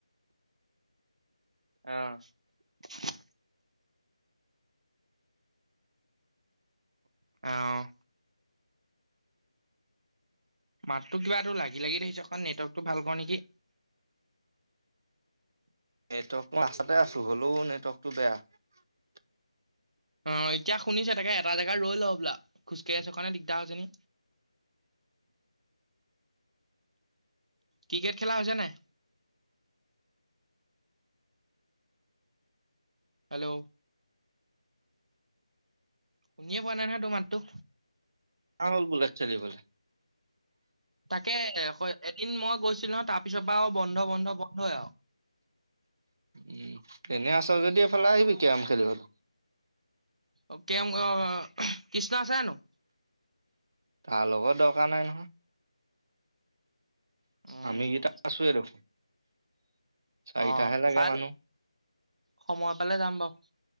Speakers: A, on the right; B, on the right.
A: অ'। অ'। মাততো কিবা তোৰ লাগি, লাগি ধৰিছে অকণ নেটৱৰ্কটো ভাল কৰ নিকি।
B: নেটৱৰ্ক মই ৰাস্তাতে আছোঁ, হ'লেও নেটৱৰ্কটো বেয়া।
A: অ', এতিয়া শুনিছে, তাকে এটা জেগাই ৰৈ ল' বোলা খোজকাঢ়ি আছ কাৰণে দিগদাৰ হৈছে নি ক্ৰিকেট খেলা হৈছে নাই? হেল্ল'! শুনিয়ে পোৱা নাই নহয়, তোৰ মাতটো
B: <unintelligible> হ'ল বোলে একচেলী বোলে।
A: তাকে এদিন মই গৈছিলোঁ নহয়, তাৰ পিছৰ পৰা আৰু বন্ধ, বন্ধ, বন্ধই আৰু।
B: উম, এনেই আছ যদি এইফালে আহিবি কেম খেলিবলৈ।
A: <unintelligible> কৃষ্ণ আছে জানোঁ?
B: তাৰলগত দৰকাৰ নাই নহয়।
A: উম
B: আমিকিটা আছোয়ে দেখোন, চাৰিটাহে
A: অ
B: লাগে
A: চাই
B: মানুহ।
A: সময় পালে যাম বাৰু।